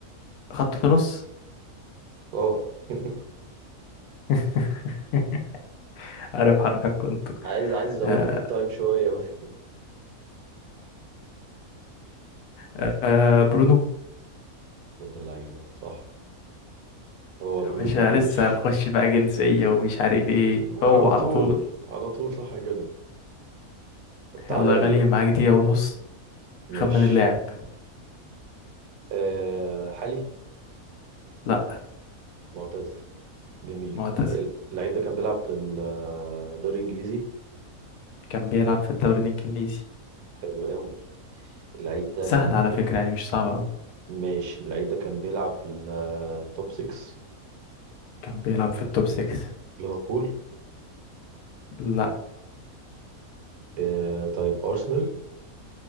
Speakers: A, on the left; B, on the right.
A: خط نص
B: اه <laughs>
A: <laughs> عارف حركات كنت
B: عايز عايز ازود
A: آه
B: لك التايم شويه بس
A: آه آه، برونو
B: يا ابن اللعيبه صح هو برونو
A: يا باشا
B: جومايرش
A: لسه هنخش بقى جنسية ومش عارف ايه
B: آه
A: هو
B: على
A: على
B: طول
A: طول
B: على طول صح كده طب تعالى
A: يلا يا
B: لي
A: غالي
B: بقى
A: معاك دقيقة ونص
B: ماشي
A: خمن اللاعب
B: آه حالي
A: لا
B: معتزل جميل
A: معتزل
B: اللعيب ده كان بيلعب في الدوري الانجليزي
A: كان بيلعب في الدوري الإنجليزي
B: حلو قوي اللعيب ده
A: سهل
B: كان
A: على
B: بي...
A: فكرة يعني مش صعب أوي
B: ماشي اللعيب ده كان بيلعب في التوب 6
A: كان بيلعب في التوب 6
B: ليفربول
A: لا
B: آه طيب أرسنال